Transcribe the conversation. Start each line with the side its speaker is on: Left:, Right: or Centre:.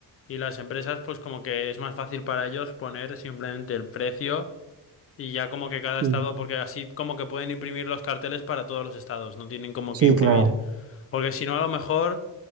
Left: y las empresas pues como que es más fácil para ellos poner simplemente el precio y ya como que cada
Right: Sí,
Left: estado, porque así como que pueden imprimir los carteles para todos los estados, no tienen como
Right: sí,
Left: que imprimir
Right: claro,
Left: porque si no, a lo mejor,